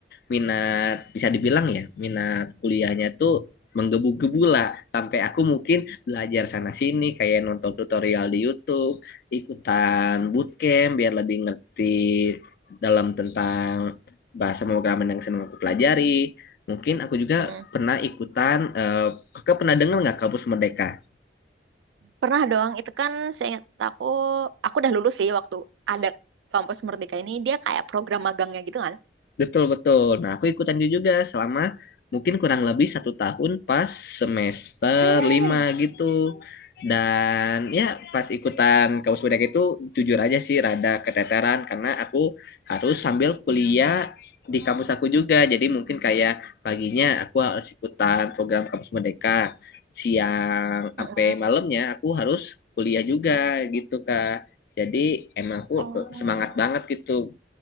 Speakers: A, on the left; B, on the right.
A: minat bisa dibilang ya minat kuliahnya tuh menggebu-gebu lah sampai aku mungkin belajar sana sini kayak nonton tutorial di YouTube, ikutan bootcamp biar lebih ngerti dalam tentang bahasa pemrograman yang senang aku pelajari. Mungkin aku juga
B: hmm.
A: pernah ikutan, eh, kakak pernah dengar nggak Kampus Merdeka?
B: Pernah doang itu kan seingat aku, aku udah lulus sih waktu ada kampus Merdeka ini, dia kayak program magangnya gitu kan.
A: Betul betul. Nah aku ikutan itu juga selama mungkin kurang lebih satu tahun pas semester
B: Oh.
A: lima gitu. Dan ya pas ikutan kampus budak itu jujur aja sih rada keteteran karena aku harus sambil kuliah di kampus aku juga. Jadi mungkin kayak paginya aku harus ikutan program kampus merdeka. Siang sampai
B: Mm-mm,
A: malamnya aku harus kuliah juga gitu Kak. Jadi emang aku
B: Oh,
A: semangat banget gitu